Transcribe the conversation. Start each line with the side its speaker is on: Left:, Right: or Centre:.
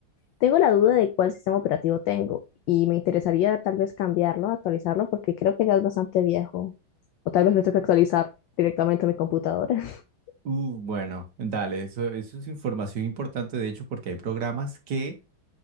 Left: tengo la duda de cuál sistema operativo tengo y me interesaría tal vez cambiarlo, actualizarlo, porque creo que ya es bastante viejo. O tal vez me tengo que actualizar directamente mi computadora. <laughs>
Right: Uh, bueno, dale, eso, eso es información importante, de hecho, porque hay programas que